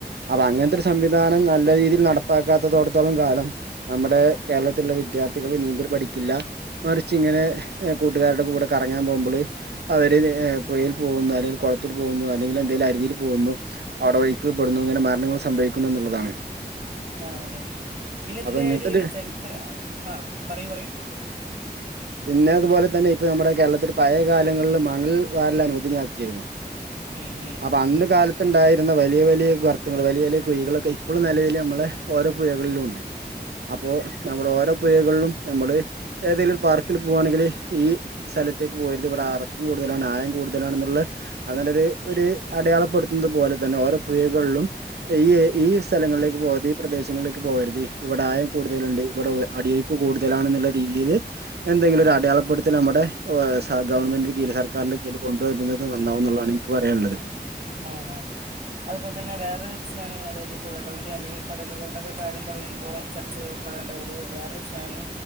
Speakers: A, on the right (about 70°); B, on the right (about 50°).
A: അപ്പ അങ്ങെൻത്തെ
B: ഉം
A: ഒര് സംവിധാനം നല്ല രീതി നടപ്പാക്കാത്തതോട്ത്തോളം കാലം നമ്മുടെ കേരളത്ത് ഇള്ള വിദ്യാർത്ഥികെൾ നീന്തെൽ പഠിക്കില്ല ഇപ്പ ഇച്ച് ഇങ്ങെനെ കൂട്ട്കാരുടെ കൂടെ കറങ്ങാൻ പോവ്മ്പെൾ അവര് പുഴയിൽ പോകുന്നു. അല്ലെങ്കിൽ കുളത്തിൽ പോകുന്നു അല്ലെങ്കിൽ എന്തേലും അരുവിയിൽ പോകുന്നു അവിടെ <unintelligible> <unintelligible> ഇങ്ങനെ മരണങ്ങള് സംഭവിക്കുന്നു എന്നുള്ളതാണ്
B: ആഹ് അതെ പിന്നെ ഇതിന്റെ
A: അപ്പൊ ഇങ്ങനത്തെ
B: ഒരു ചരിത്ര ആഹ് പറയൂ പറയൂ
A: പിന്നെ അതുപോലെ തന്നെ ഇപ്പം നമ്മുടെ കേരളത്തില് പഴയ കാലങ്ങളില് മണൽ വാരല് അനുവദനിയാക്കിയിരുന്നു
B: ഉം ഉം
A: അപ്പൊ അന്ന് കാലത്തുണ്ടായ <unintelligible> വലിയ വലിയ ഗർത്തങ്ങള്, വലിയ വലിയ കുഴികളൊക്കെ ഇപ്പൊഴും നിലവിൽ നമ്മളെ ഓരോ പുഴകളിലും ഉണ്ട്. അപ്പോ നമ്മുടെ ഓരോ പുഴകളിലും നമ്മള് ഏതേലും പാർക്കിൽ പോവാണെങ്കില് ഈ സല <unintelligible> വരും <unintelligible> അറക്കം കൂടുതലാണ് ആയം കൂടുതലാണെന്നുള്ള അങ്ങനെ ഒരു ഒരു അടയാളപ്പെടുത്തുന്നത് പോലെ തന്നെ ഓരോ പുഴകളിലും ഈ ഈ സ്ഥലങ്ങളിലേക്ക് പോകാതെ ഈ പ്രദേശങ്ങളിലേക്ക് പോകരുത് ഇവിടെ ആയം കൂടുതലുണ്ട്. ഇവിടെ അടിയൊഴുക്ക് കൂടുതലാണെന്നുള്ള രീതിയില് എന്തെങ്കിലും ഒരു അടയാളം <unintelligible> നമ്മുടെ സ ഗവൺമെന്റിന്റെ കീഴില് സർക്കാരിന്റെ കീഴില് കൊണ്ടുവരുന്നത് നന്നാവും എന്നുള്ളാ <unintelligible> എനിക്ക് പറയാള്ളത്
B: ആഹ് ആഹ് അതുപോലെ തന്നെ വേറൊരു വിഷയാണ് അതായത് പുഴകളുടെയും അല്ലെങ്കിൽ കടലുകളുടെയൊക്കെ കാര്യം പറയുമ്പോൾ ചർച്ച <unintelligible> ഒരു വേറൊരു വിഷയാണ്